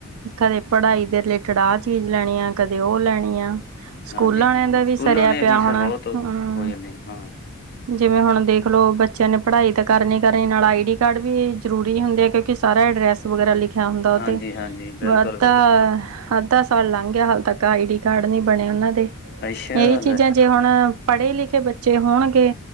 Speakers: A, on the right; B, on the left.
A: ਕਦੇ ਪੜ੍ਹਾਈ ਦੇ ਰਿਲੇਟਿਡ ਆਹ ਚੀਜ਼ ਲੈਣੀ ਆ ਕਦੇ ਉਹ ਲੈਣੀ ਆ ਸਕੂਲਾਂ
B: ਹਾਂਜੀ ਹਾਂਜੀ
A: ਵਾਲਿਆਂ ਦਾ
B: ਸਕੂਲਾਂ
A: ਵੀ ਸਰਿਆ
B: ਦੀਆਂ
A: ਪਿਆ
B: ਫੀਸਾਂ
A: ਹੋਣਾ
B: ਬਹੁਤ
A: ਹੂੰ
B: ਹੋ ਜਾਂਦੀਆਂ
A: <inaudible>
B: ਹਾਂ
A: ਜਿਵੇਂ ਹੁਣ ਦੇਖ ਲਓ ਬੱਚਿਆਂ ਨੇ ਪੜ੍ਹਾਈ ਤਾਂ ਕਰਨੀ ਕਰਨੀ ਨਾਲ ਆਈ ਡੀ ਕਾਰਡ ਵੀ ਜ਼ਰੂਰੀ ਹੁੰਦੇ ਆ ਕਿਉਂਕਿ ਸਾਰਾ ਐਡਰੈਸ ਵਗੈਰਾ ਲਿਖਿਆ ਹੁੰਦਾ ਉਹ
B: ਹਾਂਜੀ
A: ਤੇ
B: ਹਾਂਜੀ ਬਿਲਕੁਲ
A: ਅੱਧਾ
B: ਬਿਲਕੁਲ
A: <inaudible> ਅੱਧਾ ਸਾਲ ਲੰਘ ਗਿਆ ਹਾਲੇ ਤੱਕ ਆਈ ਡੀ ਕਾਰਡ ਨੀ ਬਣੇ ਉਹਨਾਂ ਦੇ
B: ਅੱਛਾ
A: ਇਹੀ
B: ਲੈ
A: ਜੀਜਾ ਜੇ ਹੁਣ ਪੜ੍ਹੇ ਲਿਖੇ ਬੱਚੇ ਹੋਣਗੇ